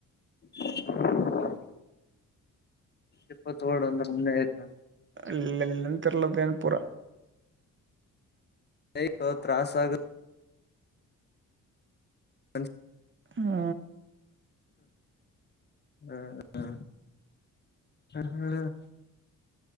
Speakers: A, on the left; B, on the right.
A: <unintelligible> ಇಪ್ಪತ್ ವಡ್ ಒಂದ ಒಮ್ಮನೆ ಆಯ್ತ
B: ಇಲ್ಲ ಇಲ್ಲಂತ ಇರ್ಲದೇನ ಪುರ
A: ಸ ತ್ರಾಸ ಆಗ ಹ
B: ಹ್ಮ
A: ಹ ಹ್ಮ